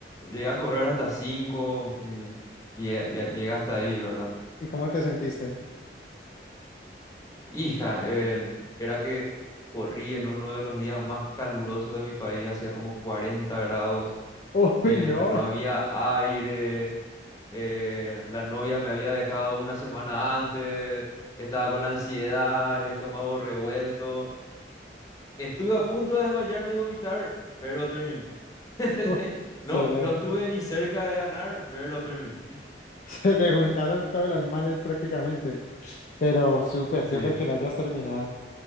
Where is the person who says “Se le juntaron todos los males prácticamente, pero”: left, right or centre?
Left